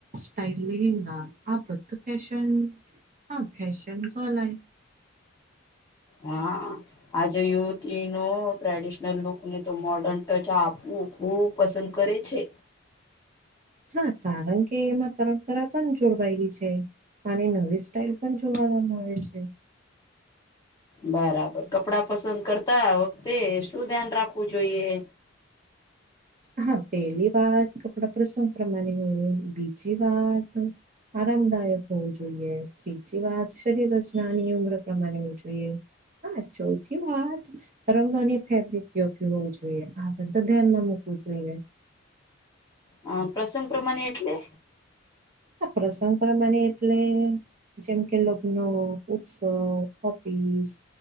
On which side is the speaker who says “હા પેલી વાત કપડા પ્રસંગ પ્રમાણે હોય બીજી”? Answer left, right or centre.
Right